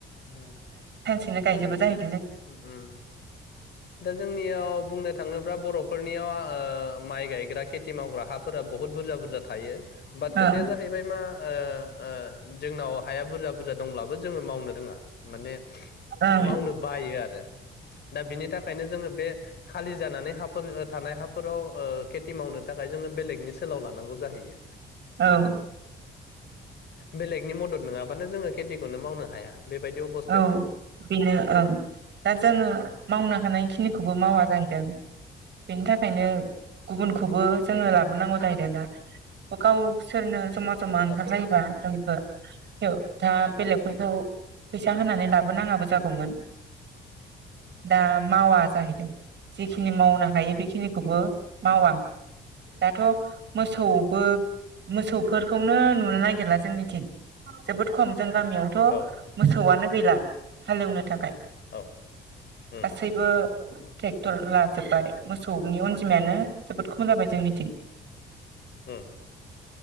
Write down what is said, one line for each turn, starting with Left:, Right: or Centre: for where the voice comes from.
Left: उम।
Right: बिदिनो गायजोबो जायो
Left: उम उम। दा जोंनियाव बुंनो थाङोब्ला बर'फोरनियाव ओ माइ गायग्रा खेथि मावग्रा हाफोरा बहुत बुरजा बुरजा थायो बाट
Right: ओं
Left: खोथाया जाहैबाय मा ओ ओ जोंनाव हाया बुरजा बुरजा दंब्लाबो जोङो मावनो रोङा माने
Right: ओं
Left: मावनो
Right: ओं
Left: बायो आरो दा बिनि थाखायनो जोङो बे खालि जानानै हाफोरो ओ थानाय हाफोराव ओ खेथि मावनो थाखाय जोङो बेलेगनि सोलाव लानांगौ जाहैयो।
Right: औ
Left: बेलेगनि मदद नङाबानो जोङो खेतिखौनो मावनो हाया। बेबायदि अबस्थायाव
Right: औ बेनो ओं। दा जोङो मावनो हानाय खि निखौबो मावा जाहैदों। बेनि थाखायनो गुबुनखौबो जोङो लाबोनांगौ जाहैदोंदा अ गावसोरनो जमा जमा
Left: औ
Right: ओंखारलायोबा जों ओ थेव दा बेलेगफोरखौ फैसा होनानै लाबोनाङाबो जागौमोन दा मावा जाहैदों जेखिनि मावनो हायो बेखिनिखौबो मावा दाथ' मोसौबो मोसौ फोरखौनो नुनो नागिरला जोंनिथिं जोबोद खम जोहानि गामियावथ'
Left: औ
Right: मोसौआनो गैला हालेवनो थाखाय।
Left: औ उम
Right: गासैबो ट्रेक्टर लाजोबबाय मोसौनि अनजिमायानो जोबोद खम जाबाय जोंनिथिं ।
Left: उम